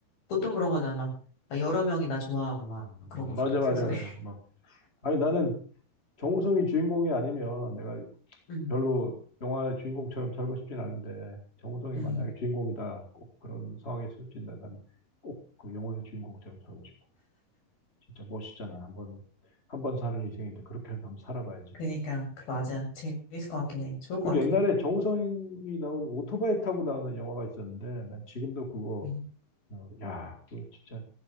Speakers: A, on the left (about 70°); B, on the left (about 15°).
A: 보통 그런 거잖아. 막, 막 여러 명이 나 좋아하고 막
B: 음,
A: 그런 거잖아,
B: 맞아 맞아
A: 소설에.
B: 맞아.
A: <laughs>
B: 막 아니 나는 정우성이 주인공이 아니면 내가
A: 음,
B: 별로 영화의 주인공처럼 살고 싶진 않은데 정우성이
A: 음.
B: 만약에 주인공이다 꼭 그런 상황에 쓰여진다면 꼭 그 영화의 주인공처럼 살고 싶어. 진짜 멋있잖아. 한번 한 번 사는 인생인데 그렇게라도 한번 살아봐야지.
A: 그러니까 그 맞아. 재밌을 것 같긴 해. 좋을 것
B: 그 옛날에
A: 같아.
B: 정우성이 나온 오토바이 타고 나오는 영화가 있었는데 난 지금도 그거
A: 음.
B: 어, 야, 그거 진짜